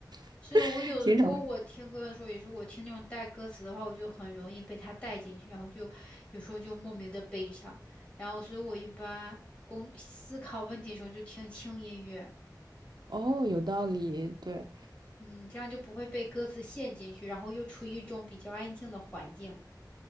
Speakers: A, on the right (about 70°); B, on the left (about 15°).
A: <laughs>
B: 是的，我有，
A: 欣赏
B: 如果我听歌的时候，也是我听那种带歌词的话，我就很容易被它带进去，然后就有时候就莫名的悲伤，然后所以我一般工思考问题的时候就听轻音乐，
A: 哦，有道理，对，
B: 嗯，这样就不会被歌词陷进去，然后又处于一种比较安静的环境，